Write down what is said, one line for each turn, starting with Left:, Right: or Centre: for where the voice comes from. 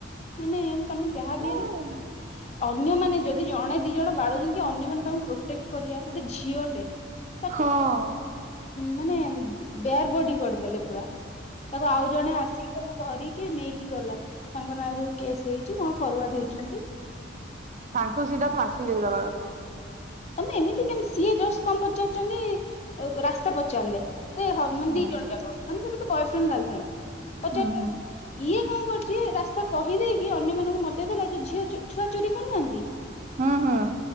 Left: ମାନେ। ତମେ ଯାହା
Right: ହଁ।
Left: ବି ହେଲେ ଅନ୍ୟମାନେ ଯଦି ଜଣେ। ଦି ଜଣ ବାଡୋଉଛନ୍ତି ଯେ ଅନ୍ୟ ମାନ ତାଙ୍କୁ ପ୍ରୋଟେକ୍ଟ କରିବା ଗୋଟେ ଝିଅଟେ ତାକୁ।
Right: ହୁଁ
Left: ମାନେ, ବେହୋସ୍‌ ହୋଇଗଲେ ପୁରା ତାକୁ ଆଉ ଜଣେ ଆସିକି ଧରିନେଲେ। କିଏ ନେଇକି ଗଲା ତାଙ୍କ ନାଁରେ ସବୁ କେସ୍ ହେଇଛି କୋଟ ଫରୱାର୍ଡ ହେଇଛନ୍ତି।
Right: ତାଙ୍କୁୁ ସିଧା ଫାଶୀ ଦେଇ ଦେବା କଥା।
Left: ତମେ ଏମିତି କେମତି ସିଏ ଜ କଣ ପଚାରୁଛନ୍ତି ରାସ୍ତା ପଚାରିଲେ। ସେହି ଦୁଇଜଣ ମାନେ
Right: ହୁଁ।
Left: ବୟଫ୍ରେଣ୍ଡ ଓ ଗାର୍ଲଫ୍ରେଣ୍ଡ ପରି
Right: ଉଁ
Left: ଥିଲେ।
Right: ହୁଁ
Left: କଣ କରୁଛି ରାସ୍ତା କହିଦେଇକି ଅନ୍ୟମାନାନଙ୍କୁ ମତେଇଦଲା ଝିଅ ଛୁଆ ଚୋରି କରୁନାହାନ୍ତି।
Right: ହଁ ହଁ।